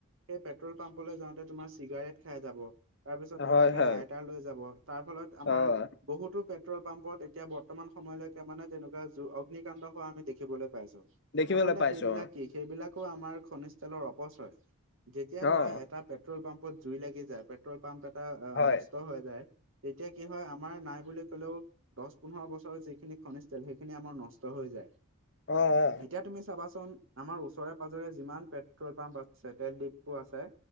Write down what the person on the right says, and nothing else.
সেই পেট্ৰল পাম্পলৈ যাওঁতে তোমাৰ চিগাৰেট খাই যাব। তাৰপিছত তেওঁলোকে
লাইটাৰ লৈ যাব, তাৰফলত আমাৰ
বহুতো পেট্ৰল পাম্পত এতিয়া বৰ্তমান সময়লৈকে মানে তেনেকুৱা জু অগ্নিকাণ্ড হোৱা আমি দেখিবলৈ পাইছো।
আচলতে,
সেইবিলাক কি? সেইবিলাকো আমাৰ খনিজ তেলৰ অপচয়, যেতিয়া
ধৰা
এটা পেট্ৰল পাম্পত জুই লাগি যায়। পেট্ৰল পাম্প এটা
নষ্ট হৈ যায়, তেতিয়া কি হয় আমাৰ নাই বুলি কলেও দহ পোন্ধৰ বছৰৰ যিখিনি খনিজ তেল, সেইখিনি আমাৰ নষ্ট হৈ যায়।
এতিয়া তুমি চাবাচোন, আমাৰ ওচৰে পাজৰে যিমান পেট্ৰল পাম্প আছে, তেল ডিপু আছে।